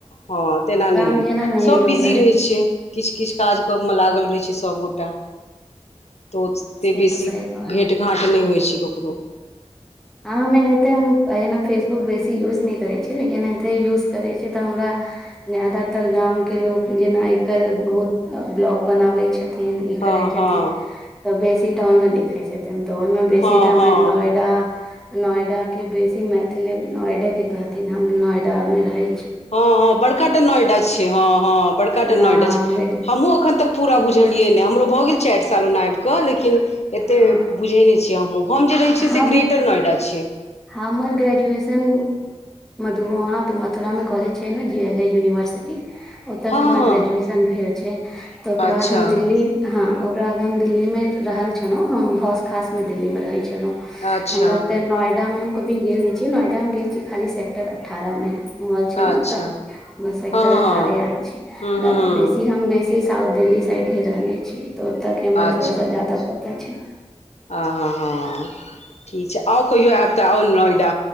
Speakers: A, on the left; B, in the centre.
A: हँ तेना
B: गाम
A: न
B: जेना नहि
A: सब
B: लोग
A: बिजी रहै छै किछ किछु काज क मे लागल रहे छै सबगोटा तऽ ओतेक
B: से
A: बेसी
B: तऽ सही कहलौं
A: भेँट घाँट नय होइ छै ककरो
B: हँ हम एनाहिते हम एना फेसबुक बेसी यूज नहि करैत छी लेकिन एनाहिते यूज करैत छीयै तऽ हमरा जादातर गाम के लोग जेना आइ काल्हि बहुत ब्लॉग बनाबै छथिन ई
A: हँ
B: करै छथिन
A: हँ
B: तऽ बेसीटा ओहिमे दै छथिन तऽ ओहि में बेसी
A: हँ
B: टाइम
A: हँ
B: नोएडा नोएडा के बेसी मैथिल नोएडा के कहथिन हम नोएडा में रहे
A: हँ हँ बड़का टा नोएडा छै हँ हँ बड़काटा
B: हँ
A: नोएडा छै
B: हँ बेटा
A: हमहुँ एखन तक पूरा बुझलियै ने हमरो भऽ गेल चाइर साल ओना आब कऽ लेकिन एते
B: हँ
A: बुझे नहि छिय हमहुँ हम जे रहै छियै
B: हम
A: से ग्रेटर नोएडा छियै
B: हमर ग्रेजुएशन वहाँ पे मथुरा में कॉलेज छै ने ना जे एल ए यूनिवर्सिटी
A: <unintelligible>
B: एतऽसँ हमर
A: हँ
B: ग्रेजुएशन भेल छै तऽ ओकर
A: अच्छा
B: बाद हम दिल्ली हँ ओकरा बाद हम दिल्लीमे रहल छलहुँ हम होस खासमे दिल्लीमे रहै छलहुँ
A: अच्छा
B: हमरा तऽ नोएडा में हम कभी गेल नहि छीयै नोएडा मे गेल छीयै खाली सेक्टर अठारह मे मॉल छै नें
A: अच्छा
B: तऽ बस सेक्टर
A: हँ हँ
B: अठारहे
A: हँ
B: आर छै
A: हँ हँ
B: बेसी हम बेसी साउथ देल्ही साइड ह रहने छियै तऽ ओतऽ के हमरा
A: अच्छा
B: थोड़ा सा जादा पता छै
A: आ हं हं ठीक छै आउ कहियो आब तऽ आउ नोएडा